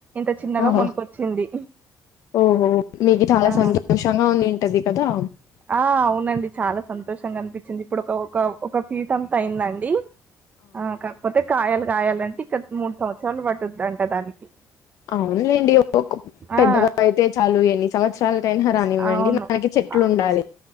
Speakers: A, on the right; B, on the left.
A: ట చిన్నగా
B: ఓహో
A: మొలకొచ్చింది
B: ఓహో మీకు చాలా
A: ఆ!
B: సంతోషంగా ఉండింటది కదా
A: ఆ అవునండి చాలా సంతోషంగా అనిపించింది ఇప్పుడు ఒక ఒక ఒక ఫీట అంతా అయిందండి ఆ కాకపోతే కాయలు కాయాలంటే ఇంకా మూడు సంవత్సరాలు పట్టుదంట దానికి
B: అవునులేండి ఒక పెద్దగా
A: ఆ!
B: అయితే చాలు ఎన్ని సంవత్సరాలకైనా కానివ్వండి
A: అవును
B: మనకి చెట్లు
A: అ
B: ఉండాలి